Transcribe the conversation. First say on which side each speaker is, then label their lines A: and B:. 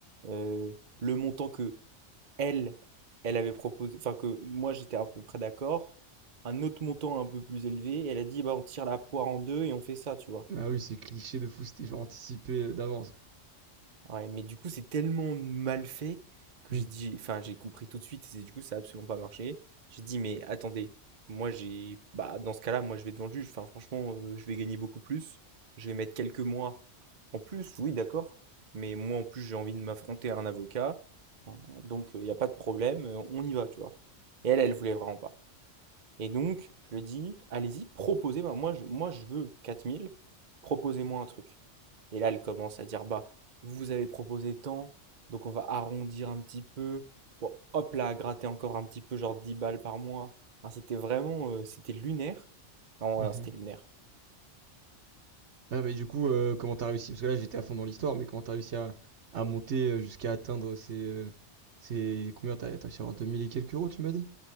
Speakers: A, on the right; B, on the right.
A: euh, le montant que elle, elle avait proposé, enfin que moi j'étais à peu près d'accord, un autre montant un peu plus élevé, et elle a dit bah on tire la poire en deux et on fait ça, tu vois.
B: Ah oui, c'est cliché de fou, c'était genre anticipé d'avance, quoi.
A: Ouais, mais du coup c'est tellement mal fait que
B: Hmm.
A: j'ai dit, enfin j'ai compris tout de suite et c'est- du coup ça a absolument pas marché. J'ai dit mais attendez, moi j'ai, bah dans ce cas-là moi je vais devant le juge, enfin franchement euh, je vais gagner beaucoup plus, je vais mettre quelques mois en plus, oui d'accord, mais moi en plus j'ai envie de m'affronter à un avocat, Hein, donc il n'y a pas de problème, euh, on y va, tu vois. Et elle, elle voulait vraiment pas. Et donc, je lui dis, allez-y, proposez-moi. Moi, je, moi, je veux 4000. proposez-moi un truc. Et là, elle commence à dire, bah, vous avez proposé tant, donc on va arrondir un petit peu. Bon, hop là, gratter encore un petit peu, genre 10 balles par mois. Enfin, c'était vraiment, euh, c'était lunaire. Non,
B: Mhm.
A: non, c'était lunaire.
B: Ah, mais du coup, euh, comment t'as réussi? Parce que là, j'étais à fond dans l'histoire, mais comment t'as réussi à, à monter euh, jusqu'à atteindre ces, euh, ces, combien t'as, t'as réussi à avoir 2000 et quelques euros, tu m'as dit?